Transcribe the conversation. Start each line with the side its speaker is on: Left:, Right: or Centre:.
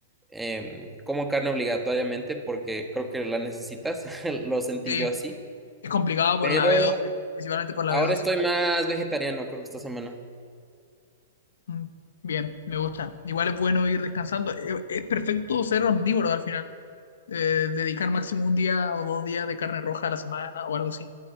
Centre: em, como carne obligatoriamente porque creo que la necesitas, <laughs> lo sentí
Left: Sí,
Centre: yo así.
Left: es complicado
Centre: Pero
Left: por la b doce, principalmente por la
Centre: ahora
Left: b doce.
Centre: estoy más vegetariano, creo que esta semana.
Left: Mm, Bien, me gusta. Igual es bueno ir descansando. Eh, Es, perfecto ser omnívoro al final. Eh, dedicar máximo un día o dos días de carne roja a la semana o algo así.